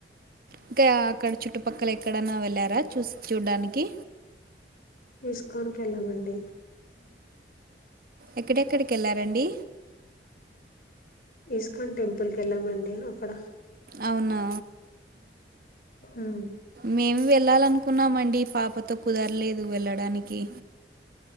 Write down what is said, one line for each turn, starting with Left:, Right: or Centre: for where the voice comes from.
Right: ఇంకా అక్కడ చుట్టు పక్కల ఎక్కడన్నా వెళ్ళారా చూ చూడ్డానికి
Left: ఇస్కాన్కీ వెళ్ళామండి
Right: ఎక్కడెక్కడికి వెళ్ళారండి
Left: ఇస్కాన్ టెంపుల్ కి వెళ్ళామండి అక్కడ
Right: అవునా
Left: ఉమ్
Right: మేమ్ వెళ్ళాల అనుకున్నామండి పాపతో కుదరలేదు వెళ్ళడాని కి